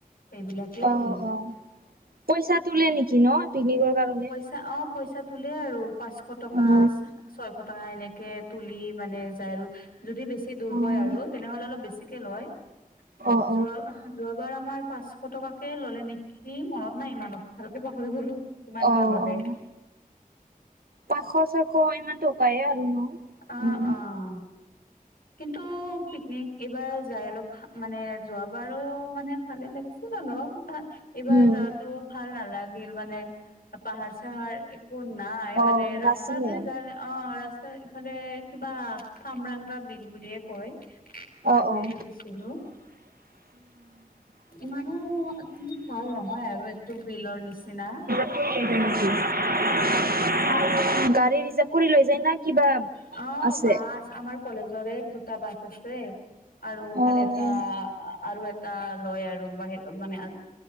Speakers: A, on the left (about 75°); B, on the right (about 80°).
A: এইবিলাকেই
B: অ'
A: দিয়ে।
B: অ' পইচা তোলে নেকি ন', পিকনিকৰ কাৰণে?
A: অঁ পইচা তোলে আৰু পাঁচশ টকা
B: অ'
A: চা ছয়শ টকা এনেকে তুলি মানে যায় আৰু যদি বেছি চি দূৰ
B: অ'
A: হয় আৰু তেনেহ'লে অলপ বেছিকে লয়,
B: অ'
A: যোৱা যোৱাবাৰ আমাৰ পাঁচশ টকাকে ল'লে নেকি, মনত নাই ইমানো, ভালকে পাহৰি গ'লো। কিমান
B: অ'
A: বা
B: অ'
A: ল'লে?
B: অ' পাঁচশ ছয়শ ইমান টকায়ে আৰু ন',।
A: অ',
B: উম
A: অ', কিন্তু পিকনিক এইবাৰ যায় অলপ মানে, যোৱা বাৰো মানে ভালেই লাগিছিল অলপ, তাত এইবাৰ
B: উম,
A: যোৱাতো ভাল নালাগিল মানে, পাহাৰ-চাহাৰ একো নাই,
B: অ'
A: মানে,
B: নাছিলে
A: ৰাস্তাতোৱে যালে অঁ, ৰাস্তাৰ ইফালে কিবা খামৰাংগা বিল বুলিয়ে কয়। তাতেয়ে
B: অ' অ'। উম।
A: গৈছিলো। ইমানো অতি ভাল নহয় আৰু এইটো বিলৰ নিচিনা।
B: <unintelligible> <unintelligible> গাড়ী ৰিজাৰ্ভ কৰি লৈ যায়, না কিবা আ
A: অ',
B: আছে?
A: বাছ আমাৰ কলেজৰে দুটা বাছ আছে। আৰু ইফালে
B: অ'
A: এটা আ আৰু এটা টা লয় আৰু বাহিৰ অ' মানে